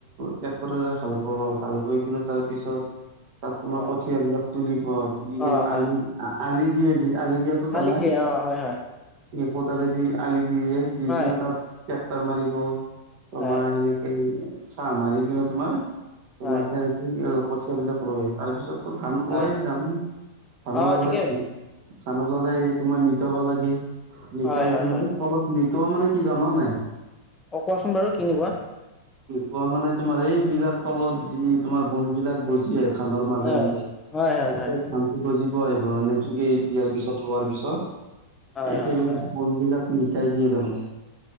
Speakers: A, on the right (about 50°); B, on the left (about 15°).
A: ট্ৰেক্টৰেৰে হাল পাব হাল বাই কিনে তাৰ পিছত তাত তোমাৰ
B: হয়
A: কঠিয় বিলাক তুলিব তুলি কিনে
B: অ হয়
A: আলি
B: হয়
A: আলি দিয়ে যি আলি দিয়াতটো জানাই।
B: আলি দিয়ে অ হয় হয়
A: কদালে দি আলি দিয়ে দি
B: হয়
A: কিনে তাত তেক্টাৰ মাৰিব। তোমাৰ
B: হয়
A: সেনেকে চাহ মাৰি কিনো তোমাৰ তোমাৰ
B: হয়
A: তেনেকি পঠিয়াবিলাক <unintelligible> তাৰপিছততো ধান
B: হয়
A: ওলাই জানো ধান
B: অ
A: ওলালে
B: ঠিকেই
A: ধ ধান ওলালে তোমাৰ নিকাব লাগে নিকাই
B: হয় হয়
A: কিনে
B: হয়
A: তলত নিক মানে কি জনোৱা নাই
B: অঁ কোৱাচোন বাৰু কি নিবা?
A: কোৱা মানে তোমাৰ এইবলাক তলত যি তোমাৰ বন বিলাক গজি আহে। ধানৰ মাজে
B: হয়
A: মাজে
B: হয় হয়
A: যেতিয়া
B: হয়
A: ধানটো গজিব আহ নেটুক দিয়াৰ পিছত ৰোৱাৰ পিছত
B: হয় হয়
A: সেইবিলাক
B: হয়
A: বন বিলাক চাইছ ত মানে।